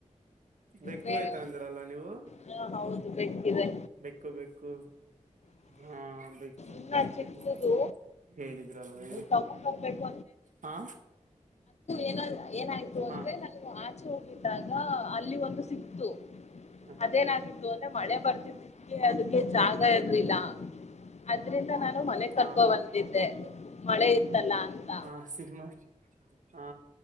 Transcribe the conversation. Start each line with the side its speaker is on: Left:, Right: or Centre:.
Right: ಬೆಕ್ಕು
Left: ಬೇರೆ
Right: ಆಯ್ತಾ ಅಂದ್ರಲ್ಲ ನೀವು
Left: ಹಾ ಹೌದು ಬೆಕ್ಕಿದೆ
Right: ಬೇಕ್ಕು ಬೇಕ್ಕು ಹ <unintelligible>
Left: ಇನ್ನ ಚಿಕ್ಕದು
Right: ಹೇಳಿದ್ರಲ್ವಾ
Left: ತಗೊಂಡ್ ಬರ್ಬೇಕು
Right: ಹಾ
Left: ಏನಲ್ಲ ಏನಾಯ್ತು
Right: ಹಾ
Left: ಅಂದ್ರೆ ನಾವು ಆಚೆ ಹೋಗ್ ಇದ್ದಾಗ ಅಲ್ಲಿ ಒಂದು ಸಿಕ್ತು
Right: ಹಾ
Left: ಅದೇನಾಗಿತ್ತು ಅಂದ್ರೆ ಮಳೆ ಬರ್ತಿದ್ದಿಕ್ಕೆ ಅದಕ್ಕೆ ಜಾಗ ಇರ್ಲಿಲ್ಲ ಅದ್ರಿಂದ ನಾನು ಮನೆ ಕರ್ಕೋ
Right: ಹಾ
Left: ಬಂದಿದ್ದೆ ಮಳೆ ಇತ್ತಲ್ಲಾ ಅಂತ
Right: ಹಾ ಸಿನಿಮಾ ಹಾ